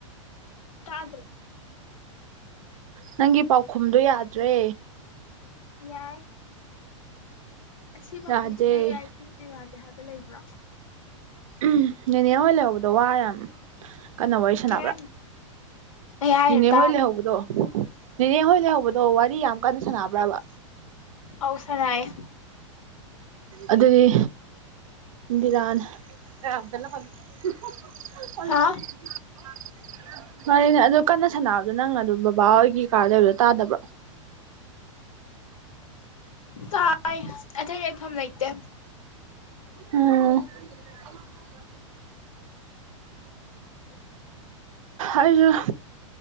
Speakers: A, on the left; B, on the right.
A: ꯇꯥꯗ꯭ꯔꯦ
B: ꯅꯪꯒꯤ ꯄꯥꯎꯈꯨꯝꯗꯣ ꯌꯥꯗ꯭ꯔꯦ
A: ꯌꯥꯏ ꯑꯥꯁꯤ ꯃꯈꯨꯝꯁꯤꯅ
B: ꯌꯥꯗꯦ
A: ꯌꯥꯏ ꯁꯤꯅ ꯌꯥꯅꯤ <unintelligible> ꯂꯩꯕ꯭ꯔꯣ
B: ꯎꯝ ꯅꯦꯅꯦ ꯍꯣꯏ ꯂꯩꯍꯧꯕꯗꯣ ꯋꯥ ꯌꯥꯝ ꯀꯟꯅ ꯋꯥꯔꯤ ꯁꯥꯟꯅꯕ꯭ꯔꯥ
A: ꯀꯩ ꯍꯥꯏꯅꯣ
B: ꯅꯦꯅꯦ
A: ꯇꯥꯗꯦ
B: ꯍꯣꯏ ꯂꯩꯍꯧꯕꯗꯣ ꯅꯦꯅꯦꯍꯣꯏ ꯂꯩꯍꯧꯕꯗꯣ ꯋꯥꯔꯤ ꯌꯥꯝ ꯀꯟꯅ ꯁꯥꯟꯅꯕ꯭ꯔꯕ
A: ꯑꯧ ꯁꯥꯟꯅꯌꯦ
B: ꯑꯥꯗꯨꯗꯤ ꯕꯤꯔꯥꯅꯤ <unintelligible>
A: ꯍꯥ
B: ꯀꯟꯅ ꯁꯥꯟꯅꯕꯗꯣ ꯅꯪꯅ ꯑꯗꯨ ꯕꯕꯥ ꯍꯣꯏꯒꯤ ꯀꯥꯗ ꯂꯩꯕꯗꯣ ꯇꯥꯗꯕ꯭ꯔꯣ
A: ꯇꯥꯏ ꯑꯇꯩ ꯂꯩꯐꯝ ꯂꯩꯇꯦ
B: ꯎꯝ <inaudible> <unintelligible>
A: <unintelligible> <inaudible>
B: ꯑꯩꯁꯨ